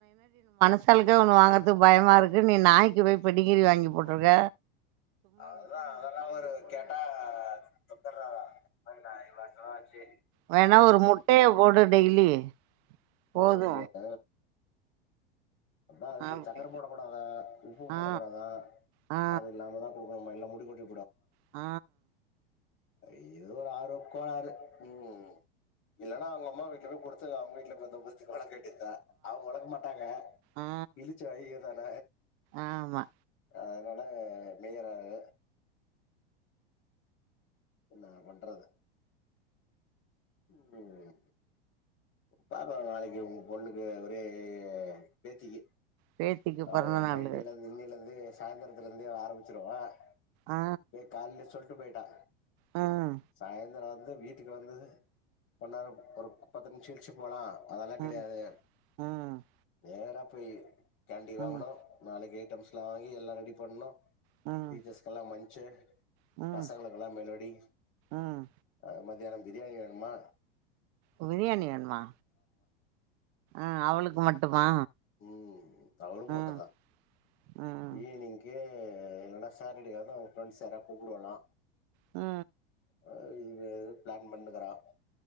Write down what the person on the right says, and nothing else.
மனுசாலுக்கே ஒண்ணு வாங்கறதுக்கு பயமா இருக்கு. நீ நாய்க்கு போய் பெடிகிரி வாங்கி போட்டிருக்க
வேணா ஒரு முட்டைய போடு டெய்லி
போது
அப்டி
ஆ
ஆ
ஆ
ஆ
ஆமா
பேத்திக்கு
பொறந்த
நாளு
ஆ
ம்
ம் ம்
ம்
ம்
ம்
ம்
பிரியாணி வேண்மா ம் அவுளுக்கு மட்டுமா
ம் ம்
அ